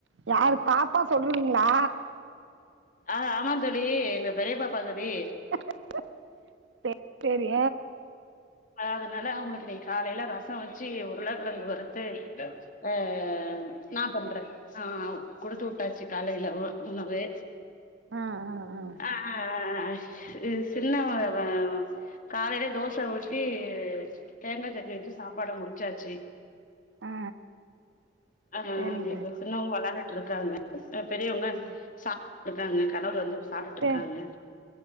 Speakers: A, on the right; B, on the left.
A: யாரு பாப்பா சொல்றதுங்களா
B: ஆஹ ஆமாத்தோழி எங்க பெரியப்பாப்பா தோழி
A: சேரி சேரி
B: அதனால அவங்ளுக்கு இன்னைக்கு காலைல ரச வேச்சு உருளைக்கெழங்கு வறுத்து ஆஹ நான் பண்றது ஆஹ குடுத்து வுட்டாச்சு காலைல உணவு
A: ஆ ஆ ஆ
B: ஆஹ ஹ ஹ சின்ன <unintelligible> காலைலே தோச ஊத்தி தேங்காய் சட்னி வெச்சு சாப்பாட முடிச்சாச்சு
A: ஆ ஆ
B: ஆஹ
A: சரிங்க
B: ஹ
A: தோழி
B: இப்ப சின்னவங்க வெளயாண்டுட்டு இருக்காங்க பெரியவங்க
A: ம்
B: சாப் இருக்காங்க கடவுள்ள வந்து இருந்து சாப்டுட் இருக்காங்க
A: சே